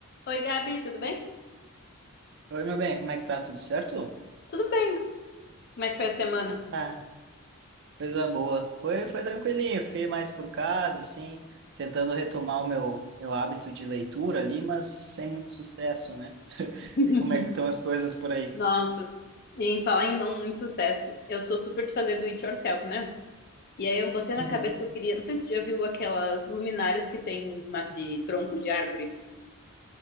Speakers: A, on the left; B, on the right.
A: Oi, Gabi, tudo bem?
B: Oi, meu bem, como é que tá? Tudo certo?
A: Tudo bem. Como é que foi a semana?
B: Ah, coisa boa. Foi, foi tranquilinho, fiquei mais por casa, assim, tentando retomar o meu, meu hábito de leitura ali, mas sem muito sucesso, né? <laughs>
A: <laughs>
B: E como é que estão as coisas por aí?
A: Nossa, e em falar em não muito sucesso, eu sou super de fazer do it yourself, né? E aí eu botei na
B: Uhum.
A: cabeça que eu queria. Não sei se você já viu aquelas luminárias que tem de, ma- de tronco de árvore.